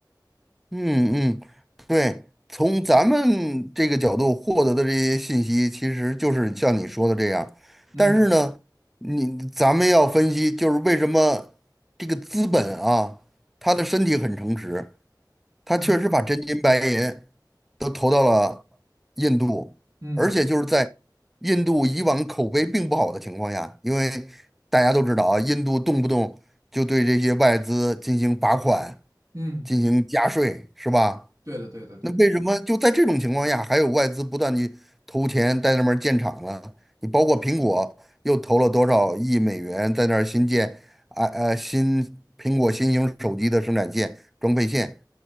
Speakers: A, in the centre; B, on the right.
A: 嗯嗯，对，从咱们这个角度获得的这些信息，其实就是像你说的这样。
B: 嗯
A: 但是呢，你咱们要分析，就是为什么这个资本啊，他的身体很诚实，他确实把真金白银
B: 嗯
A: 都投到了印度，
B: 嗯
A: 而且就是在印度以往口碑并不好的情况下，因为大家都知道啊，印度动不动就对这些外资进行罚款、
B: 嗯，
A: 进行加税，是吧？
B: 对的对的对的。
A: 那为什么就在这种情况下，还有外资不断去投钱在那边儿建厂呢？你包括苹果又投了多少亿美元在那儿新建啊呃新苹果新型手机的生产线装配线，